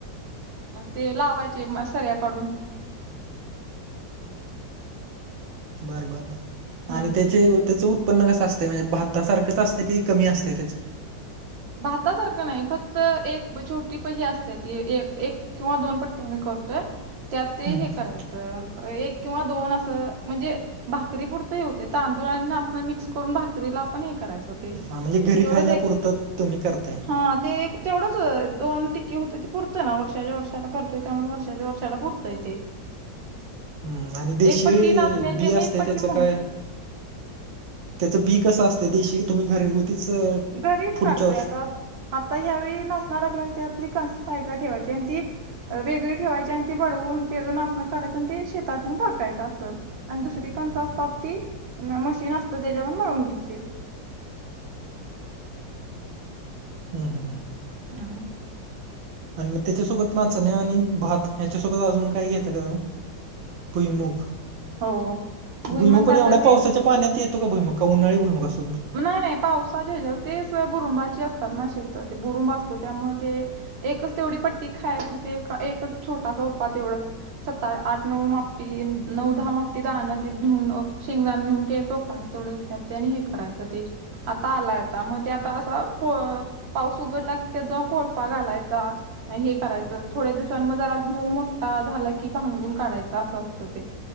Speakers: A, on the right (about 75°); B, on the right (about 50°).
A: ते लावायचं. ची मग सऱ्या काडून.
B: बरं बरं बरं,
A: हम्म
B: आणि तेचे त्याचं उत्प उत्पन्न कसं असतंय म्हणजे, भातासारखंच असते की कमी असते त्याचं.
A: भातासारखं नाही, फक्त एक छोटी पज असते ती एक एक. किंवा दोन पट्टी आम्ही करतोय. त्यात ते
B: हम्म
A: हे करायचं एक किंवा दोन असं म्हणजे. भाकरी पुरते हे होते. तांदूळ आणि नाचणं मिक्स करून भाकरीला आपण हे करायचं. ते
B: हा, म्हणजे घरी
A: तेवढंच
B: खायला
A: एक
B: पुरतात तुम्ही करता.
A: हा ते, तेवढंच दोन टिकी होते ते पुरतं ना, वर्षाच्या वर्षाला करतोय त्यामुळं वर्षाच्या वर्षाला पुरते ते.
B: हम्म आणि देशी
A: एक पट्टी नाचण्याची
B: बी
A: आणि
B: असते
A: एक पट्टी
B: त्याचं
A: मुगा
B: काय? त्याचं बी कसं असतंय, देशी तुम्ही घरगुतीच.
A: घरीच
B: पुढच्या
A: काढतोय
B: वर्ष
A: आता आता ह्यावेेळी नाचणाला लागलेली त्यातली कणसं साईडला ठेवायची आणि ती वेगळी ठेवायची आणि ती बडवून तेजं नाचणं काढायचं आणि ते शेतात नेऊन टाकायचं असं. आणि दुसरी कणस असतात ती मशीन असत त्याच्या पण बळून घ्यायची.
B: हम हम हम.
A: हमं.
B: आणि मग त्याच्यासोबत नाचणे आणि भात ह्याच्यासोबत अजून काही घेता का तुम्ही? भुईमुग,
A: हो भुईमुग
B: भुईमुगपण
A: आता
B: एवढ्या
A: ते
B: पावसाच्या पाण्यात ते येतो का भुईमूग, का उन्हाळी भुईमूग अस
A: नाही नाही पावसाचे हेच्यावर तेच बुरुंबाची असतात ना शेतं? ते बुरुंब असतो त्यामुळे ते. एकच तेवढी पट्टी खायापुरती एका एकच छोटा सोपा तेवढंच. स्वतः आठ, नऊ मापटी, नऊ दहा मापटी दानं ते घेऊन शेंगदाणा नेऊन ते टोक आणि तेवढे येत्यात त्यांनी हे करायचं ते आता आलाय आता, मग ते आता कोळ पाऊस उघडला त्यात जाऊन कोळपा घालायचा. हे करायचं. थोड्या दिवसां म जरा मूग मोठा झाला की भांगलून काढायचं असं असतं ते.